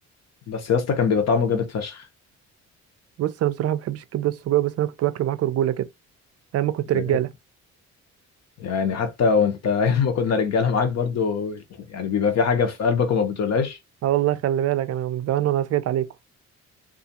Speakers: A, on the left (about 60°); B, on the right (about 55°).
A: بس يا اسطى كان بيبقى طعمه جامد فشخ
B: بص انا بصراحة ما بحبش الكبدة السجق بس انا كنت باكله معاكم رجولة كده ايام ما كنت
A: بجد
B: رجالة
A: يعني حتى وانت <laughs> ايام ما كنا رجاله معاك برضو يعني بيبقى في حاجه في قلبك وما بتقولهاش
B: اه والله خلي بالك انا من زمان وانا سكت عليكم